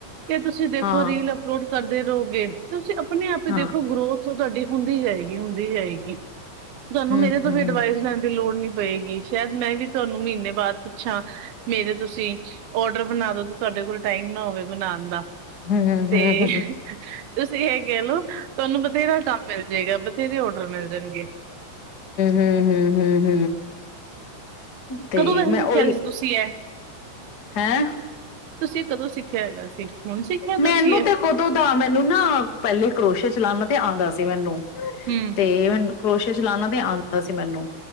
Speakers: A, on the right; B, on the left.
A: ਤੇ ਤੁਸੀਂ ਦੇਖੋ
B: ਹਾਂ
A: ਉਹ ਰੀਲ ਅਪਲੋਡ ਕਰਦੇ ਰਹੋਗੇ ਤੁਸੀਂ ਆਪ ਹੀ
B: ਹਾਂ
A: ਦੇਖੋ ਗਰੋਥ ਹੋ ਤੁਹਾਡੀ ਹੁੰਦੀ ਜਾਏਗੀ ਹੁੰਦੀ ਜਾਏਗੀ ਤੁਹਾਨੂੰ
B: ਹਮ
A: ਮੇਰੇ ਤੋਂ
B: ਹਮ
A: ਵੀ ਅਡਵਾਈਸ ਲੈਣ ਦੀ ਲੋੜ ਨੀ ਪਏਗੀ ਸ਼ਾਇਦ ਮੈਂ ਵੀ ਤੁਹਾਨੂੰ ਮਹੀਨੇ ਬਾਅਦ ਪੁੱਛਾਂ ਮੇਰੇ ਤੁਸੀਂ ਓਡਰ ਬਣਾਦੋ ਤੁਹਾਡੇ ਕੋਲ ਟਾਈਮ ਨਾ ਹੋਵੇ ਬਣਾਨ ਦਾ
B: ਹ ਹ ਹ
A: ਤੇ
B: ਹ ਹ
A: ਤੁਸੀਂ ਇਹ ਕਹਿ ਲਓ ਤੁਹਾਨੂੰ ਬਥੇਰਾ ਕੰਮ ਮਿਲ ਜਾਏਗਾ ਬਥੇਰੇ ਔਡਰ ਮਿਲ ਜਾਣਗੇ
B: ਹ ਹ ਹ ਤੇ
A: ਕਦੋਂ ਵੈਸੇ
B: ਮੈਂ
A: ਸਿੱਖਿਆ
B: ਓਹੀ
A: ਸੀ ਤੁਸੀਂ ਇਹ
B: ਹੈਂ
A: ਤੁਸੀਂ ਇਹ ਕਦੋਂ ਸਿੱਖਿਆ ਹੈਗਾ ਸੀ ਹੁਣ ਸਿੱਖਿਆ
B: ਮੈਨੂੰ
A: ਤੁਸੀਂ ਇਹ
B: ਤੇ ਕਦੋਂ ਦਾ ਮੈਨੂੰ ਨਾ ਪਹਿਲੇ ਕਰੋਸ਼ੇ ਚਲਾਨਾਂ ਆਉਂਦਾ ਸੀ ਮੈਨੂੰ
A: ਹਮ
B: ਤੇ ਉਹਨੂੰ ਕਰੋਸ਼ਿਆ ਚਲਾਣਾ ਤੇ ਆਉਂਦਾ ਸੀ ਮੈਨੂੰ